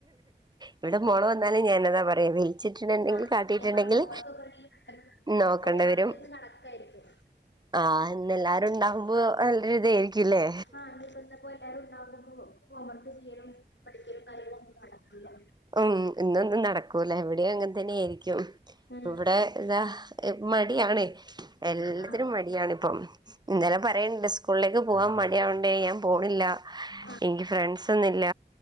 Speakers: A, on the right; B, on the left.
A: ഇവടെ മോൾ വെന്നാലും ഞാനതാ പറയൽ ച്ചിറ്റ്നെന്തെങ്കി
B: ആ
A: കാട്ടിട്ട്ണ്ടെങ്കിൽ
B: പിന്നെ ഞാൻ പറഞ്ഞ ഹോംവർക്ക് ഒക്കെ ഉണ്ടെങ്കിൽ പെട്ടെന്ന് തീർത്തോ
A: ന്നോക്കണ്ട
B: ഇപ്പൊ രാത്രി
A: വെരും
B: ഇന്ന് കണക്കായിരിക്കും
A: ആഹ് അതന്നെ എല്ലാരും ഇണ്ടാഉമ്പോ നല്ല ഒരു ഇതായ്രിക്കും ലേ
B: ആഹ് ഇഞ്പ്പ ഇന്ന് എല്ലാവരും ഉണ്ടാവുമ്പോ ഹോം വർക്ക് ചെയ്യലും പഠിക്കലും കാര്യങ്ങളൊന്നും ന്നടക്കൂല
A: മ് ഇന്നൊന്നും ന്നടക്കൂല ഇവിടെയും അങ്ങൻ തന്നെ ആയിരിക്കും
B: ഉം
A: ഇവ്ടേ ദാ ഇപ്പം മടിയാണ് എല്ലത്തിനും
B: ആ
A: മടിയാണ് ഇപ്പം ഇന്നലെ പറയ്ണ്ട് സ്കൂൾലേക്ക് പോവാം മടി മടിയാവ്ണ്ടേ ഞാൻ പോണില്ല
B: ആഹ്
A: ഇൻക്ക് ഫ്രൻസൊന്നുംല്ല